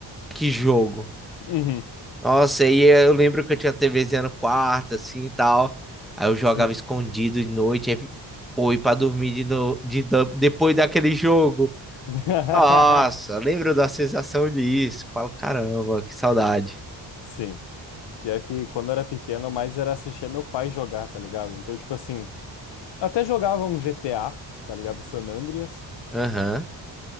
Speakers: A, in the centre; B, on the left.
A: que jogo.
B: Uhum.
A: Nossa, aí eu lembro que eu tinha TVzinha no quarto assim e tal. Aí eu jogava
B: Sim.
A: escondido de noite, aí, pô, e pra dormir de no, de, depois daquele jogo.
B: <laughs>
A: Nossa, lembro da sensação disso. Falo, caramba, que saudade.
B: Sim. Pior que quando eu era pequeno, mais era assistir meu pai jogar, tá ligado? Então, tipo assim, até jogava um GTA, tá ligado? San Andreas,
A: Aham,